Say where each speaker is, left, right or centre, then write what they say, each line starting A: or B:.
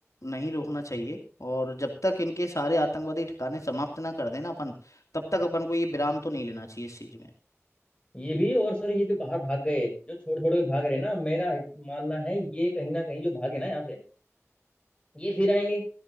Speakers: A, on the left (about 85°); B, on the left (about 20°).
A: नहीं रोकना चाहिए और जब तक इनके सारे आतंकवादी ठिकाने समाप्त ना कर देना अपन तब तक अपन को ये विराम तो नहीं लेना चाहिए इस चीज में
B: ये भी और सर ये जो बाहर भाग गए जो छोड़ छोड़ के भाग रहे हैं ना मेरा मानना है ये कहीं ना कहीं जो भागे ना यहाँ से ये फिर आएंगे